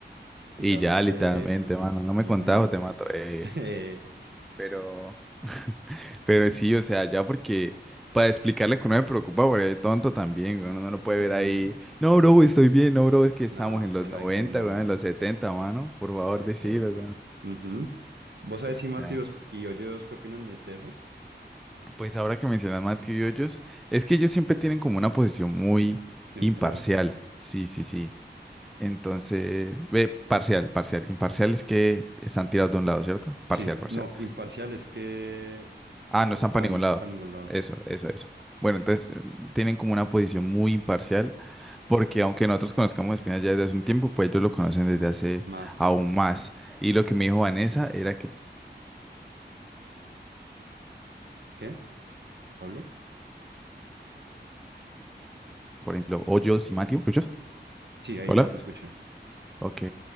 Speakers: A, on the right; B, in the centre.
A: y
B: Y
A: hablarle
B: ya literalmente,
A: derecho.
B: mano, no me
A: Ujú.
B: contás o te mato.
A: <laughs>
B: eh,
A: Eh,
B: pero, pero sí, o sea, ya porque... Para explicarle que uno me preocupa por el tonto también, güey, uno no lo puede
A: ujú.
B: ver ahí. No, bro, estoy bien, no, bro, es que estamos
A: No,
B: en
A: se
B: los
A: sabe
B: 90
A: que no.
B: güey, en los 70 mano. Por
A: Se
B: favor,
A: sabe
B: decilo,
A: que no. Ujú. ¿Vos sabés si Mateos
B: güey.
A: y Hoyos qué opinan de, de eso?
B: Pues ahora que mencionas Matthew y Hoyos, es que ellos siempre tienen como una posición muy
A: Neutral.
B: imparcial. Sí, sí, sí. Entonces, ve, parcial, parcial. Imparcial es que están tirados de un lado, ¿cierto? Parcial,
A: Sí,
B: parcial.
A: no, imparcial es que
B: Ah,
A: no
B: no están
A: están
B: para ningún lado.
A: para ningún lado.
B: Eso, eso, eso. Bueno, entonces eh, tienen como una posición muy imparcial, porque aunque nosotros conozcamos a Espina ya desde hace un tiempo, pues ellos lo conocen desde hace
A: Más.
B: aún más. Y lo que me dijo Vanessa era que,
A: ¿Qué, Pablo?
B: por ejemplo, Hoyos y Matthew, ¿escuchas?
A: Sí, ahí
B: Hola.
A: ya te escuché.
B: Ok.